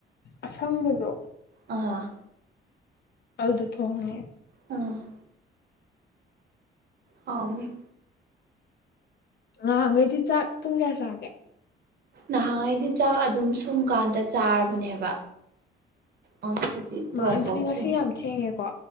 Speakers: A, on the left (about 55°); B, on the right (about 50°).
A: ꯑꯁꯪꯕꯗꯣ
B: ꯑꯥ
A: ꯑꯧꯗꯨ ꯊꯣꯡꯉꯦ
B: ꯑ ꯍꯥꯎꯅꯤ
A: ꯅꯥꯍꯟ ꯈꯩꯗꯤ ꯆꯥꯛ ꯄꯨꯡ ꯀꯌꯥ ꯆꯥꯒꯦ
B: ꯅꯍꯥꯟꯉꯩꯗꯤ ꯆꯥꯛ ꯑꯗꯨꯝ ꯁꯨꯝꯀꯥꯟꯗ ꯆꯥꯔꯕꯅꯦꯕ ꯉꯁꯤꯗꯤ
A: ꯃꯥ
B: ꯊꯣꯡꯐꯧ
A: ꯑꯗꯨꯗꯤ ꯉꯁꯤ
B: ꯊꯣꯡꯗ꯭ꯔꯤ
A: ꯌꯥꯝ ꯊꯦꯡꯉꯦꯀꯣ